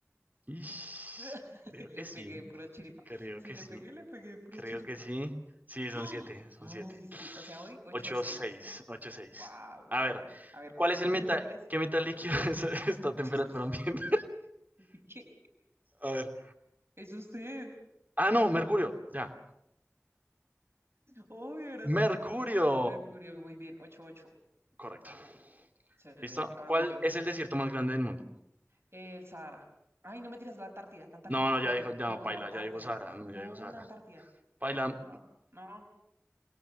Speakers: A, on the right; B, on the right.
A: Ish,
B: <laughs>
A: creo
B: Le
A: que sí.
B: pegué pura chiripa.
A: Creo
B: Si
A: que
B: le
A: sí.
B: pegué, le pegué pura
A: Creo
B: chiripa.
A: que sí. Sí, son
B: ¡Ah!
A: siete, Son
B: Ay,
A: 7.
B: sí. O sea, hoy 8
A: 8
B: seis
A: 6, 8 6.
B: Wow.
A: A ver,
B: A ver,
A: ¿cuál es el
B: ¿qué
A: meta?
B: metal es?
A: ¿Qué metal líquido <laughs> es esta temperatura
B: <laughs>
A: ambiente?
B: ¿Qué?
A: A ver.
B: Es usted.
A: Ah, no, mercurio. Ya.
B: Hoy era tu
A: Mercurio.
B: turno. Mercurio, muy bien. ocho ocho
A: Correcto.
B: Excelente.
A: ¿Listo?
B: Ahora
A: ¿Cuál
B: voy yo.
A: es el desierto más grande del mundo?
B: El Sahara. Ay, no me tiras la Antártida, la Antártida,
A: No, no, ya
B: perdón.
A: dijo, ya
B: No,
A: no, Paila,
B: la Antártida.
A: ya dijo Sahara. No,
B: No,
A: ya dijo Sahara.
B: la Antártida.
A: Paila,
B: No. No.